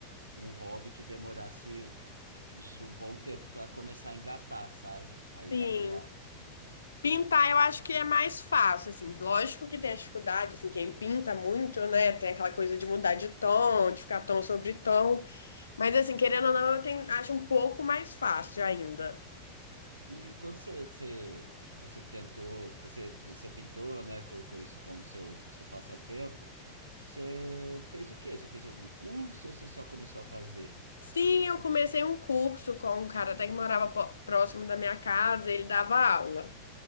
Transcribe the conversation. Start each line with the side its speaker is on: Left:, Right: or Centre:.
Right: um hobby que demorasse. de um bom tempo para começar a engatar, sabe? Aí
Left: Sim.
Right: natural. assim.
Left: Pintar eu acho que é mais fácil, assim, lógico que tem a dificuldade, assim, quem pinta muito, né, tem aquela coisa de mudar de tom, de ficar tom sobre tom, mas assim, querendo ou não, eu tenho, acho um pouco mais fácil ainda.
Right: E quando você, você, você tentou, você, você pintou, né? Colocou isso como seu, seu passatempo. Você fez o quê? Você fez algum curso ou você só começou a fazer?
Left: Sim, eu
Right: Com-
Left: comecei um curso com um cara até que morava po- próximo da minha casa, ele dava aula.